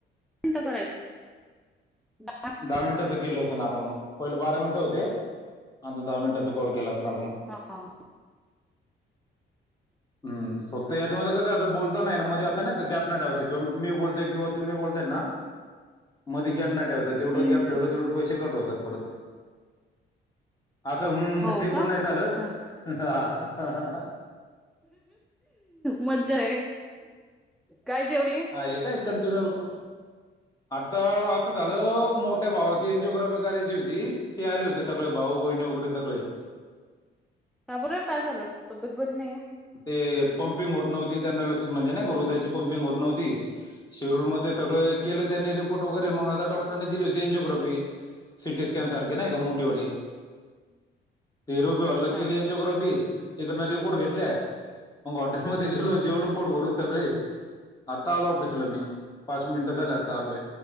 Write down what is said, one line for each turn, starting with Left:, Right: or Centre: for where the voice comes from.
Centre: मिनिट करायचं <unintelligible>
Left: दहा मिनिटाचं
Centre: करायचं.
Left: केलं असं ना आता? मग पहिलं बारा मिनटं होते. आता दहा मिनिटाचा कॉल केला असणार मग.
Centre: हा हा.
Left: हम्, फक्त याच्यामध्ये कसं असं बोलता नाही ना, म्हणे असं नाही का गॅप नाही ठेवायचं. किंवा मी बोलतेय, किंवा तुम्ही बोलताय ना. मध्ये गॅप नाही ठेवायचं. तेवढं
Centre: हम्म.
Left: गॅप ठेवलं तेवढे पैसे कट होतात परत. असं हम्म हम्म
Centre: हो
Left: ते पण
Centre: का
Left: नाही चालत
Centre: अच्छा
Left: हा.
Centre: मज्जा आहे. काय जेवली?
Left: हे काय कंटिन्यू. आता असं झालं, मोठ्या भावाची एनजिओग्राफी करायची होती. ते आले होते सगळे भाऊ, बहिणी वगैरे सगळे.
Centre: का बरं काय झालं, तब्येत बरी नईये.
Left: ते पंपिंग होत नव्हती त्यांना व्यवस्थित म्हणजे ना, हृदयाची पंपिंग होत नव्हती शिरूरमध्ये सगळ केलं
Centre: हम्म.
Left: त्यांनी रीप् फोटो वगैरे मंग आता डॉक्टरनी दिली होती. एंजिओग्राफी, सिटी स्कॅन सारखी नाई का, मोठीेवाली. ते रुपेव
Centre: अच्छा
Left: लं केली एनजओग्राफी, तिकडनं रिपोर्ट घेतल्या मंग हॉटेलमध्ये गेलो. जेवलो पोट भरून सगळे. आता आलो, ऑफिसला मी पाच मिनटं झाली आता आलोय.